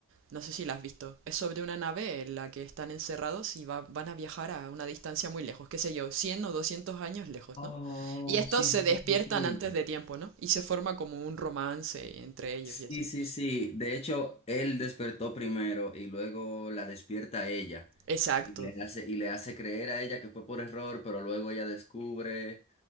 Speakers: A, on the right (about 55°); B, on the left (about 25°).
A: No sé si la has visto. Es sobre una nave en la que están encerrados y va- van a viajar a una distancia muy lejos, qué sé yo, 100 o 200 años lejos,
B: Oh,
A: ¿no? Y estos
B: sí,
A: se
B: sí,
A: despiertan
B: sí, sí.
A: antes
B: sí.
A: de tiempo, ¿no? Y se forma como un romance entre ellos
B: Sí,
A: y así.
B: sí, sí. De hecho, él despertó primero y luego la despierta a ella
A: Exacto.
B: y le hace, y le hace creer a ella que fue por error, pero luego ella descubre